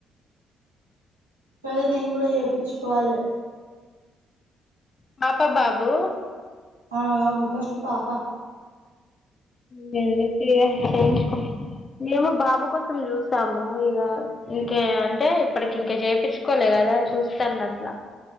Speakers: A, on the right; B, on the left.
A: కానీ నేను కూడా చేపించుకోవాలే
B: పాప బాబు
A: ఆ అవును ఫస్ట్ పాప
B: దేనికి చేయించుకో మేము బాబు కోసం చూసాము ఇక ఇంకే అంటే ఇప్పటికి ఇంక చేయించుకోలే కదా చూస్తాను అట్లా